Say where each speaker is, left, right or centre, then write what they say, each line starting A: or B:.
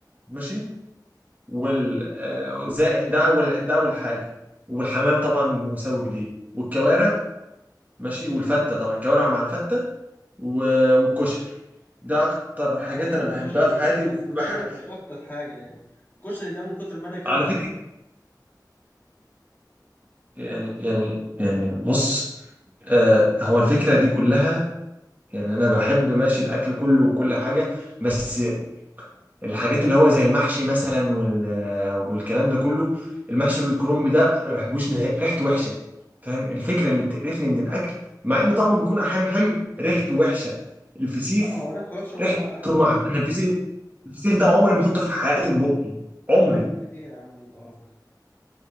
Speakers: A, on the right (about 25°); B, on the left (about 30°).
A: ماشي وال آه، زائد ده اول ده اول حاجه والحمام طبعا مساوي ليه والكوارع ماشي والفته طبعا الكوارع مع الفته و- والكشري ده اكتر حاجات
B: انا بحب
A: انا بحبها
B: الكشري
A: في
B: برضه
A: حياتي وبحب
B: بس مش مش اكتر حاجه يعني الكشري ده من كتر ما انا اكلته
A: على فكره يعني يعني يعني بص آه هو الفكره دي كلها يعني انا بحب ماشي الاكل كله وكل حاجه بس الحاجات اللي هو زي المحشي مثلا وال والكلام ده كله المحشي والكرنب ده انا ما بحبوش نهائي ريحته وحشه فاهم الفكره
B: زي
A: اللي بتقرفني من الاكل مع ان طعمه بيكون احيانا حلو ريحته وحشه الفسيخ
B: لا هو ريحته وحشة وهو
A: ريحته
B: قبل ما
A: مع
B: يتعب
A: انا الفسيخ الفسيخ ده عمري ما احطه في حياتي في بقي
B: لا
A: عمري
B: فسيخ ايه يا عم ايه القرف ده